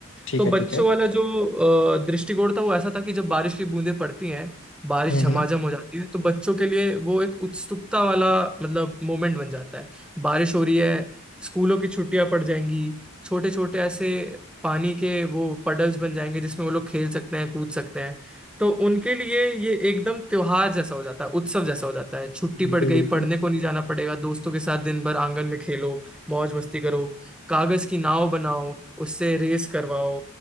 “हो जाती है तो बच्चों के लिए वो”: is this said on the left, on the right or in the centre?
Centre